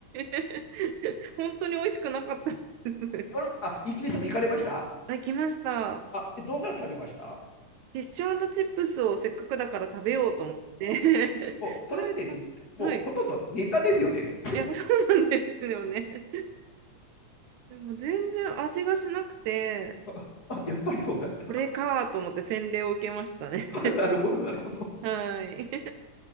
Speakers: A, on the right; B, on the left.
A: <laughs> 本当に美味しくなかったです。
B: ヨロあ、イギリスも行かれました
A: <laughs> あ、来ました。フ
B: あ、えどんなの食べました
A: ィッシュチップスをせっかくだから食べようと思って
B: もう、
A: <laughs>
B: それって、
A: 食べたんです。
B: もうほとんどネタですよね。
A: はい。いや、そうなんですよね。でも全然味がしなくて、
B: あ、あやっぱりそうなんだ。
A: これかと思って洗礼を受けましたね。
B: <laughs> なるほど、なるほど。
A: <laughs> はい。